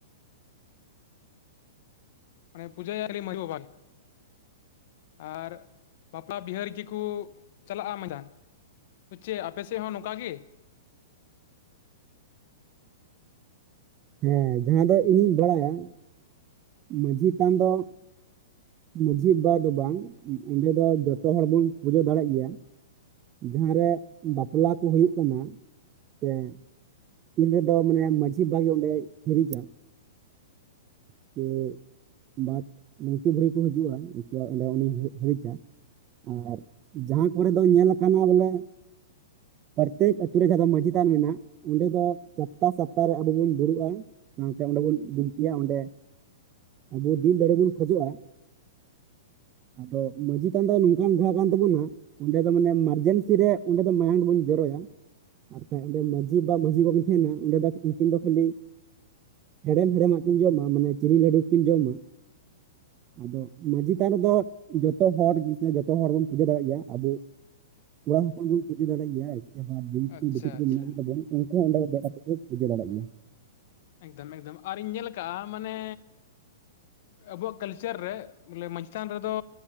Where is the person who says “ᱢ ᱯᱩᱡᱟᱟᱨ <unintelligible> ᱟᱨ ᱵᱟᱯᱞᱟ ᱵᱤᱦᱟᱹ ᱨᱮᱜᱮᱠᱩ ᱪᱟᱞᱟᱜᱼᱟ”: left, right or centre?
Left